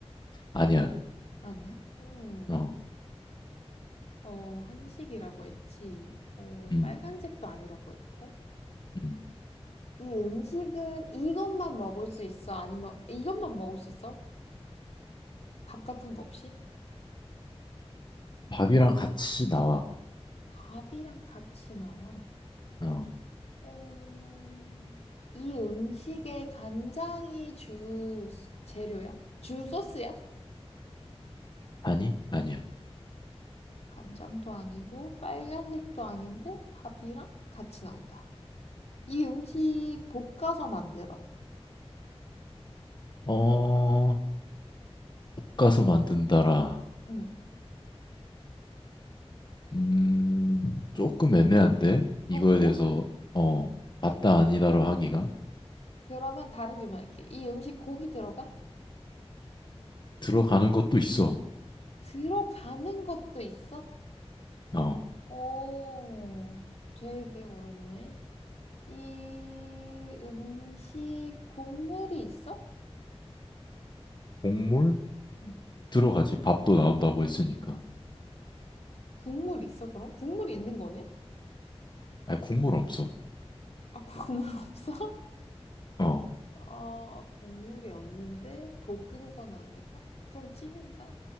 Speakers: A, on the left (about 45°); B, on the left (about 80°).
A: 아니야.
B: 아니야? 음,
A: 어,
B: 어, 한식이라고 했지. 어,
A: 음,
B: 빨간색도 아니라고 했고.
A: 음.
B: 이 음식은 이것만 먹을 수 있어? 아니면 이것만 먹을 수 있어? 밥 같은 거 없이?
A: 밥이랑 같이 나와.
B: 밥이랑 같이 나와.
A: 어,
B: 어, 이 음식에 간장이 주 재료야? 주 소스야?
A: 아니? 아니야.
B: 간장도 아니고 빨간색도 아닌데 밥이랑 같이 나온다. 이 음식 볶아서 만들어?
A: 어, 볶아서 만든다라.
B: 응.
A: 음, 조금 애매한데? 이거에
B: 어, 그래?
A: 대해서, 어, 맞다 아니다로 하기가?
B: 그러면 다른 질문할게. 이 음식 고기 들어가?
A: 들어가는 것도 있어.
B: 들어가는 것도 있어?
A: 어,
B: 오, 되게 어렵네. 이 음식 국물이 있어?
A: 곡물?
B: 응.
A: 들어가지. 밥도 나온다고 했으니까.
B: 국물 있어, 그럼? 국물이 있는 거네?
A: 아, 국물 없어.
B: 아, 국물 <laughs> 없어?
A: 어,
B: 어, 국물이 없는데 볶은 건 아니다? 그럼 찜인가?